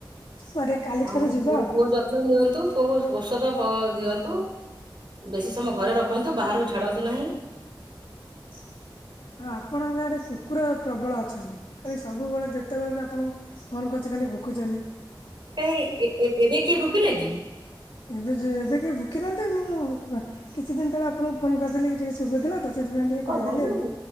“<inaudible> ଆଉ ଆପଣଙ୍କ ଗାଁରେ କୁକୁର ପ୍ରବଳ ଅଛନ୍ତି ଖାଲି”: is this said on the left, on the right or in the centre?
Left